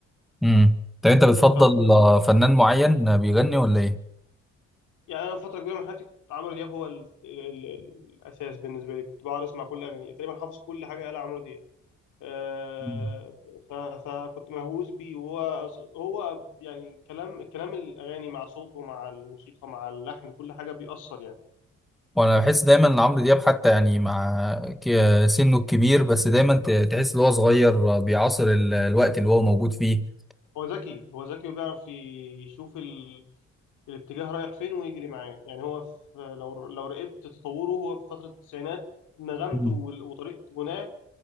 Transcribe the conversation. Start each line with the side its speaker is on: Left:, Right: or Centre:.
Centre: امم طب انت بتفضل
Left: طب
Centre: آه، فنان معين بيغني ولا ايه
Left: يعني انا فتره كبيره من حياتي كنت عمرو دياب هو ال... ال... ال... الاساس بالنسبه لي كنت بقعد اسمع كل اغانيه تقريبا حافظ كل حاجه قال عمرو دياب آه...
Centre: مم.
Left: ف... فكنت مهووس بيه وهو هو يعني كلام كلام الاغاني مع صوته مع الموسيقى مع اللحن كل حاجه بيأثر يعني
Centre: وانا بحس دايما ان عمرو دياب حتى يعني مع ك- سنه الكبير بس دايما ت- تحس ان هو صغير آه، بيعاصر ال- الوقت اللي هو موجود فيه
Left: هو ذكي هو ذكي وبيعرف يشوف ال... الاتجاه رايح فين ويجري معاه يعني هو في... لو لو راقبت تطوره هو في فتره التسعينات نغمته
Centre: مم.
Left: وال- وطريقه غناه